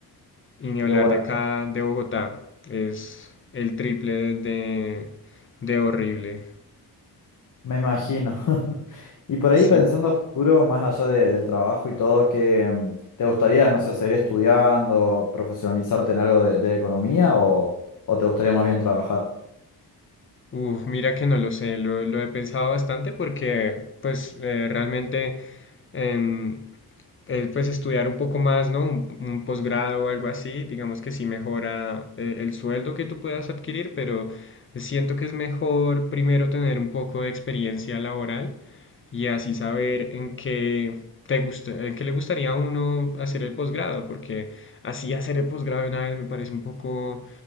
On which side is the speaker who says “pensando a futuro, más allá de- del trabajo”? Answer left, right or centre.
Left